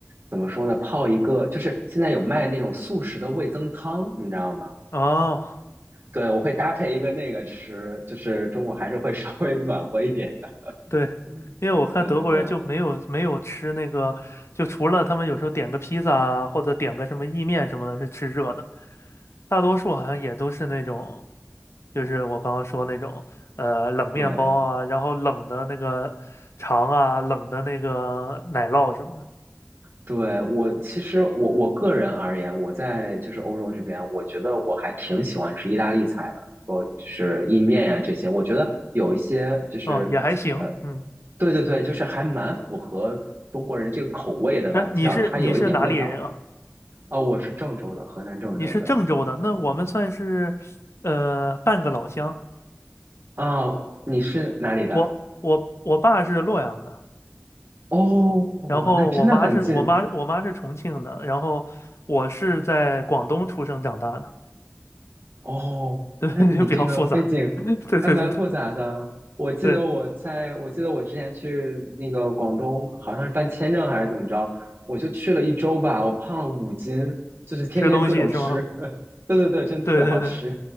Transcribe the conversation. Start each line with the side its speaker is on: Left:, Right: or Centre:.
Right: 怎么说呢，泡一个，就是现在有卖那种速食的味增汤，你知道吗？
Left: 哦，
Right: 对，我会搭配一个那个吃，就是中午还是会 <laughs> 稍微暖和一点的。
Left: 对，
Right: 嗯对对对
Left: 因为我看德国人就没有没有吃那个，就除了他们有时候点个披萨啊，或者点个什么意面什么的，是吃热的，大多数好像也都是那种，就是我刚刚说那种，呃，冷面包啊，
Right: 对
Left: 然后冷的那个肠啊，冷的那个奶酪什么的。
Right: 对，我其实我我个人而言，我在就是欧洲这边，我觉得我还挺喜欢吃意大利菜的，我就是意面呀、这些，我觉得有一些就是呃，
Left: 哦，也还行，嗯。
Right: 对对对，就是还蛮符合中国人这个口味的吧，
Left: 哎，
Right: 至少它有一点味道。
Left: 你是你是哪里人啊？
Right: 哦，我是郑州的，河南郑州的。
Left: 你是郑州的，那我们算是呃半个老乡。
Right: 啊，你是哪里的？
Left: 我我我爸是洛阳的，
Right: 哦，
Left: 然后我妈是我妈我妈是重庆的，
Right: 那真的很近。
Left: 然后我是在广东出生长大的，
Right: 哦，
Left: 对，
Right: 那你这个背景
Left: <laughs> 就比较复杂。<laughs> 对对对对
Right: 还蛮复杂的。我记得我在，
Left: 对，
Right: 我记得我之前去那个广东，好像是办签证还是怎么着，我就去了一周吧，我胖了五斤，就是天天各种吃。
Left: 吃东西是吗？
Right: <laughs> 对对对，真的特别好吃。
Left: 对对对，